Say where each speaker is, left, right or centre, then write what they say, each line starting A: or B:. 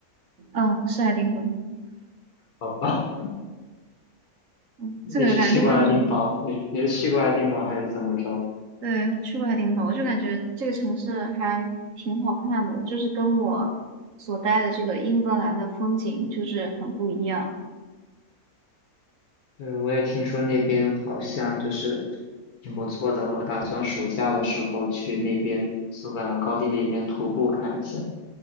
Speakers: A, on the right; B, on the left.
A: 嗯，是爱丁堡。
B: 好吧，
A: 嗯，
B: <laughs>
A: 这个感觉都没有什么。
B: 你是去过爱丁堡？你你是去过爱丁堡还是怎么着？
A: 对，我去过爱丁堡，我就感觉这个城市还挺好看的，就是跟我所待的这个英格兰的风景就是很不一样。
B: 对，我也听说那边好像就是挺不错的，我打算暑假的时候去那边苏格兰高地那边徒步看一下。